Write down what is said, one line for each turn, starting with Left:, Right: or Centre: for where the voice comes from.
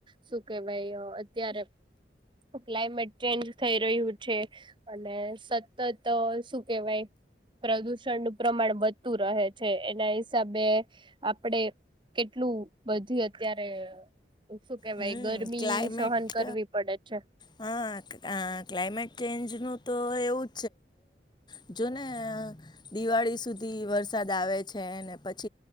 Right: શું કે ભાઈ અત્યારે ક્લાયમેટ ચેન્જ થઈ રહ્યું છે. અને સત તો શું કેહેવાય પ્રદુષણનું‌ પ્રમાણ વધતું રહે છે એના હિસાબે આપણેે કેટલું બધી અત્યારે શું કેવાય
Left: હમ
Right: ગરમી
Left: ક્લાઇમેટ
Right: સહન કરવી પડે છે
Left: હા ન ક્લાઇમેટ ચેન્જનું
Right: હ
Left: તો
Right: <inaudible>
Left: એવું જો ને દિવાળી સુધી વરસાદ આવે છેને પછ